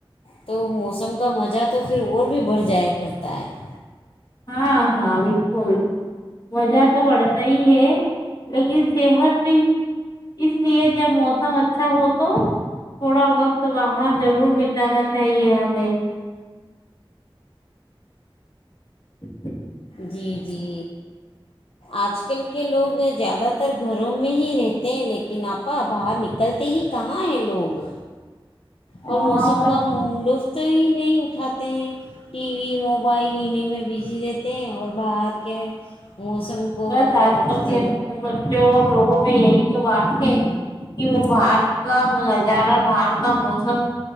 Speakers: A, on the left (about 80°); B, on the left (about 45°).
A: تو موسم کا مزہ تو پھر اور بھی بڑھ جایا کرتا ہے <inaudible>
B: ہاں ہاں بالکل مزہ تو بڑھتا ہی ہے لیکن صحت بھی اس لیے جب موسم اچھا ہو تو تھوڑا وقت باہر ضرور بتانا چاہیے ہمیں جچ
A: جی جی آج کل کے لوگ زیادہ تر گھروں میں ہی رہتے ہیں لیکن آپا باہر نکلتے ہی کہاں ہیں لوگ اور
B: ہاں
A: موسم
B: بس
A: کا لطف ہی نہیں اٹھاتے ہیں ٹی وی موبائل کلیننگ میں بزی رہتے ہیں اور باہر کے موسم کو
B: بس
A: کا
B: آج
A: لطف
B: کل کے بچے لوگ لوگوں میں یہی تو بات ہے کہ وہ باہر کا نظارہ باہر کا موسم